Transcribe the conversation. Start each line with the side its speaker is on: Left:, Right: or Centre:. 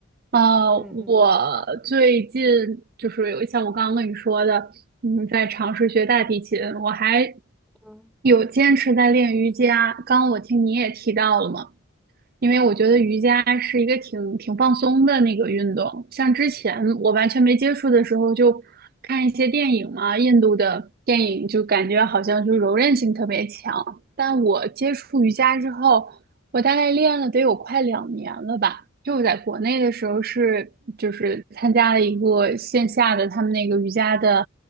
Right: 呃，
Centre: 嗯
Right: 我最近就是有像我刚刚跟你说的，嗯，在尝试学大提琴，我还
Centre: 嗯嗯
Right: 有坚持在练瑜伽。刚刚我听你也提到了嘛，因为我觉得瑜伽是一个挺挺放松的那个运动，像之前我完全没接触的时候，就看一些电影嘛，印度的电影就感觉好像就柔韧性特别强。但我接触瑜伽之后，我大概练了得有快两年了吧。就我在国内的时候是就是参加了一个线下的他们那个瑜伽的